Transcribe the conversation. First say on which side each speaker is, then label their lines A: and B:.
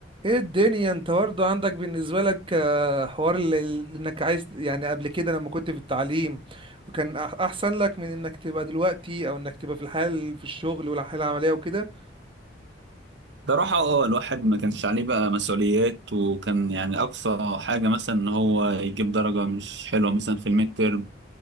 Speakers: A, on the right; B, on the right.
A: ايه الدنيا انت برضه عندك بالنسبه لك آه، حوار ال- ال- انك عايز يعني قبل كده لما كنت في التعليم وكان أح- احسن لك من انك تبقى دلوقتي او انك تبقى في الحال في الشغل والحاله العمليه وكده
B: صراحة اه الواحد ما كانش عليه بقى مسؤوليات وكان يعني أقصى حاجة مثلا إن هو يجيب درجة مش حلوة مثلا في الميد تيرم